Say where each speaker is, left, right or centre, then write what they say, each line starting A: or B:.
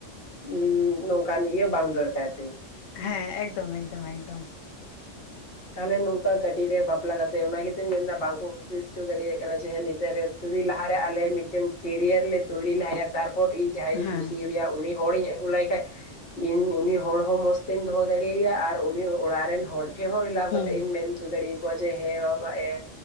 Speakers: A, on the left; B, on the left.
A: ᱤᱧ ᱱᱚᱝᱠᱟᱱ ᱤᱭᱟᱹ ᱵᱟᱝ ᱫᱚᱨᱠᱟᱨ ᱛᱤᱧᱟᱹ᱾
B: ᱦᱮᱸ ᱮᱠᱫᱚᱢ ᱮᱠ ᱫᱚᱢ ᱮᱠᱫᱚᱢ ᱾
A: ᱛᱟᱦᱚᱞᱮ ᱱᱚᱝᱠᱟ ᱠᱟᱴᱤᱡ ᱨᱮ ᱵᱟᱯᱞᱟ ᱠᱟᱛᱮ ᱚᱱᱟ ᱜᱮ ᱛᱚᱧ ᱢᱮᱱᱫᱟ ᱵᱟᱝᱠᱚ <unintelligible> ᱦᱚᱪᱚ ᱫᱟᱲᱮᱭᱟᱜ ᱠᱟᱱᱟ ᱡᱮ ᱦᱮᱸ ᱱᱤᱛᱟᱨ ᱨᱮ ᱡᱩᱫᱤ ᱞᱟᱦᱟᱨᱮ ᱟᱞᱮ ᱢᱤᱫᱴᱮᱱ ᱠᱮᱨᱤᱭᱟᱨ ᱞᱮ ᱛᱚᱭᱨᱤ ᱞᱟᱦᱟᱭᱟ ᱛᱟᱨᱯᱚᱨ ᱤᱧ ᱡᱟᱦᱟᱸᱧ
B: ᱦᱮᱸ
A: ᱠᱩᱥᱤ ᱟᱭᱟ ᱩᱱᱤ ᱦᱚᱲᱤᱧ ᱟᱹ ᱜᱩ ᱞᱟᱭ ᱠᱷᱟᱡ, ᱤᱧ ᱩᱱᱤ ᱦᱚᱲ ᱦᱚᱸ ᱢᱚᱸᱡᱽ ᱛᱮᱧ ᱫᱚᱦᱚ ᱫᱟᱲᱮ ᱟᱭᱟ ᱟᱨ ᱩᱱᱤ ᱚᱲᱟᱜ ᱨᱮᱱ ᱦᱚᱲ ᱴᱷᱮᱡ ᱦᱚᱸ ᱦᱮᱞᱟᱣ
B: ᱦᱩᱸ
A: ᱠᱟᱛᱮᱜ-ᱤᱧ ᱢᱮᱱ ᱦᱚᱪᱚ ᱫᱟᱲᱮᱭᱟ ᱠᱚᱣᱟ ᱡᱮ ᱦᱮᱸ ᱵᱟᱵᱟ ᱮᱻ